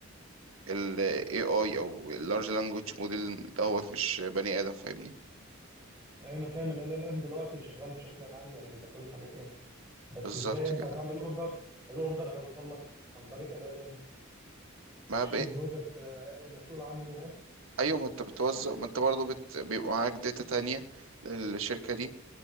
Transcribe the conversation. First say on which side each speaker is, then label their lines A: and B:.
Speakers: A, on the right; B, on the right.
A: ال AI او اللارج لانجوج موديل دوت مش بني آدم فاهمني
B: يعني انا فاهم ال ال ام دلوقتي شغال بشكل عام يعني بيدخلوا في حاجات ياما بس
A: بالظبط
B: ازاي انت
A: كده
B: هتعمل اوردر الاوردر هيوصل لك عن طريق ال ال ام مش
A: ما ب...
B: في برودكت المسؤول عنه ناس
A: ايوه ما انت بتوزع ما انت برضه بت... بيبقى معاك داتا تانية للشركة دي